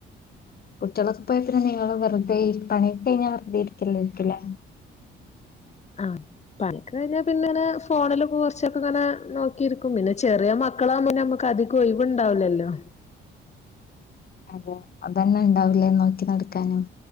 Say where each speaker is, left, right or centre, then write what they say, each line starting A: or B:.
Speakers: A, on the left; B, on the left.
A: കുട്ടികളൊപ്പൊ ആയാ പിന്നെ നിങ്ങള് വെറുതെ ഇരുപ്പാ <unintelligible> വെറുതെ ഇരിക്കല്ലായ്യിരിക്കുവല്ലേ
B: ആഹ് പണിയൊക്കെ കഴിഞ്ഞാ പിന്നിങ്ങനെ ഫോണില് കൊറച്ചൊക്കെ ഇങ്ങനെ നോക്കിയിരിക്കും പിന്നെ ചെറിയ മ ക്കളാവുമ്പോ പിന്നെ നമ്മക്ക് അധികം ഒഴിവുണ്ടാവില്ലല്ലോ
A: അപ്പോ അതെന്നെ ഇണ്ടാവൂലേ നോക്കി നടക്കാനും